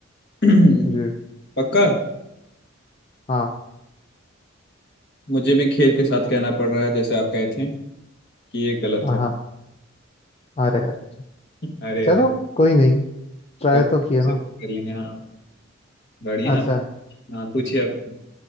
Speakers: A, on the left (about 60°); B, on the left (about 30°).
A: <clears throat>
B: जी
A: पक्का
B: हाँ
A: मुझे भी खेद के साथ कहना पड़ रहा है जैसे आप कहे थे कि ये गलत
B: हाँ
A: है
B: हाँ। अरे अरे
A: <laughs> अरे
B: चलो
A: अरे
B: कोई नहीं ट्राई
A: कोई
B: तो किए
A: सब
B: ना
A: कर लेंगे हाँ बढ़िया
B: अच्छा
A: आप हाँ पूछिए आप